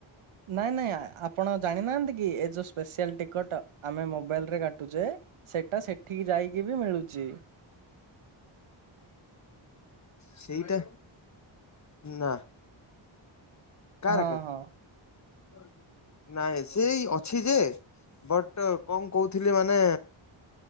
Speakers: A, on the right; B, on the left.
A: ନାଇଁ ନାଇଁ ଆପଣ ଜାଣିନାହାନ୍ତି କି ଏଇ ଯୋଉ ସ୍ପେଶିଆଲ୍ ଟିକଟ ଆମେ ମୋବାଇଲରେ କାଟୁଛେ ସେଟା ସେଠିକି ଯାଇକି ବି ମିଳୁଛି।
B: ସେଇଟା ନା କାର
A: ହଁ
B: କେ
A: ହଁ।
B: <inaudible> ନାଇଁ ସେଇ ଅଛି ଯେ ବଟ୍ କଣ କହୁଥିଲି ମାନେ